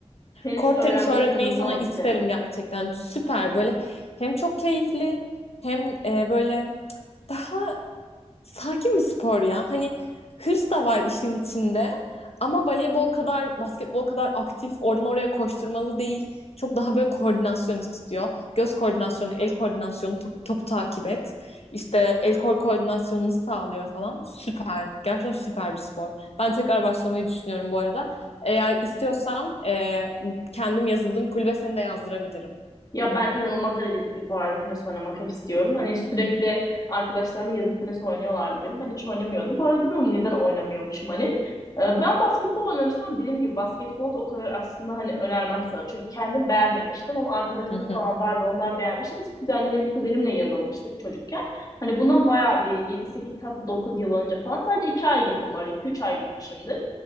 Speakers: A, on the left (about 35°); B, on the left (about 60°).
A: Tenis
B: Kort
A: öğrenmeyi
B: tenis öğretmeyi
A: inanılmaz
B: sana isterim
A: isterim.
B: gerçekten. Süper böyle hem çok keyifli hem e, böyle daha sakin bir spor ya. Hani hırs da var işin içinde. Ama voleybol kadar, basketbol kadar aktif, oradan oraya koşturmalı değil. Çok daha böyle koordinasyon istiyor. Göz koordinasyonu, el koordinasyonu, top- topu takip et. İşte el kol koordinasyonunu sağlıyor falan. Süper. Gerçekten süper bir spor. Ben tekrar başlamayı düşünüyorum bu arada. Eğer istiyorsan e, kendim yazıldığım kulübe seni de yazdırabilirim.
A: Ya ben inanılmaz derecede bu arada tenis oynamak hep istiyorum. Hani sürekli arkadaşlarım yazın tenis oynuyorlardı benim. Ben hiç oynamıyordum. Bu arada bilmiyorum neden oynamıyormuşum hani. Ee, Ben basketbol oynamıştım ama dediğim gibi basketbol da o kadar aslında hani önermem sana. Çünkü kendim beğenmemiştim ama arkadaşlarım
B: Hı hı.
A: falan vardı onlar beğenmişti. Biz kuzenim, kuzenimle yazılmıştık çocukken. Hani bundan bayağı bir yedi sekiz hatta 9 yıl önce falan sadece 2 ay gittim bu arada 2-3 ay gitmişimdir.